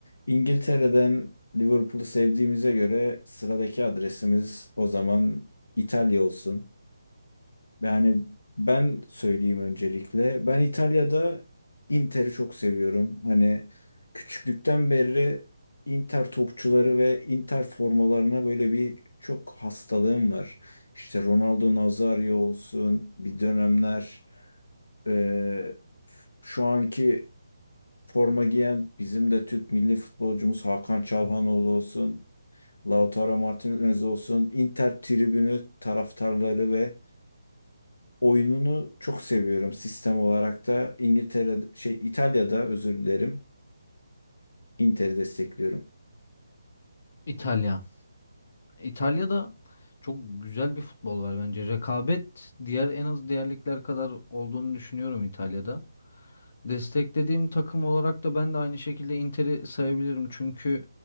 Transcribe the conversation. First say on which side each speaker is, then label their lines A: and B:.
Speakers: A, on the left; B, on the left.
A: İngiltere'den Liverpool'u sevdiğimize göre sıradaki adresimiz o zaman İtalya olsun. Yani ben söyleyeyim öncelikle. Ben İtalya'da Inter'i çok seviyorum. Hani küçüklükten beri Inter topçuları ve Inter formalarına böyle bir çok hastalığım var. İşte Ronaldo Nazario olsun bir dönemler eee, şu anki forma giyen bizim de Türk milli futbolcumuz Hakan Çalhanoğlu olsun, Lautaro Martinez olsun, Inter tribünü taraftarları ve oyununu çok seviyorum sistem olarak da İngiltere şey İtalya'da özür dilerim Inter'i destekliyorum.
B: İtalya. İtalya'da çok güzel bir futbol var bence. Rekabet diğer en az diğer ligler kadar olduğunu düşünüyorum İtalya'da. Desteklediğim takım olarak da ben de aynı şekilde Inter'i sayabilirim. Çünkü